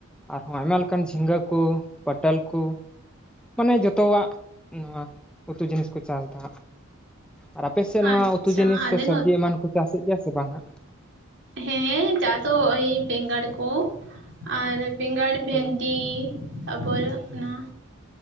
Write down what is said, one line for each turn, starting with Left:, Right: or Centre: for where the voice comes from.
Centre: ᱟᱨᱦᱚᱸ ᱟᱭᱢᱟ ᱞᱮᱠᱟᱱ ᱡᱷᱤᱸᱜᱟᱹ ᱠᱚ ᱯᱚᱴᱚᱞ ᱠᱚ ᱢᱟᱱᱮ ᱡᱚᱛᱚᱣᱟᱜ ᱱᱚᱣᱟ ᱩᱛᱩ ᱡᱤᱱᱤᱥ ᱠᱚ ᱪᱟᱥ ᱮᱫᱟ᱾ ᱟᱨ ᱟᱯᱮ ᱥᱮᱫ ᱱᱚᱣᱟ
Right: ᱟᱪᱪᱷᱟ
Centre: ᱩᱛᱩ ᱡᱤᱱᱤᱥ
Right: ᱟᱞᱮ
Centre: ᱥᱮ ᱥᱚᱵᱽᱡᱤ
Right: ᱱᱚᱛ
Centre: ᱮᱢᱟᱱ ᱠᱚ ᱪᱟᱥᱮᱫ ᱜᱮᱭᱟ ᱥᱮ ᱵᱟᱝᱼᱟ?
Right: ᱦᱮᱸ ᱪᱟᱥ ᱫᱚ ᱳᱭ ᱵᱮᱸᱜᱟᱲ ᱠᱚ ᱟᱨ ᱵᱮᱸᱜᱟᱲᱼᱼ ᱵᱷᱮᱱᱰᱤ
Centre: ᱦᱮᱸ
Right: ᱛᱟᱯᱚᱨ ᱚᱱᱟᱼᱼ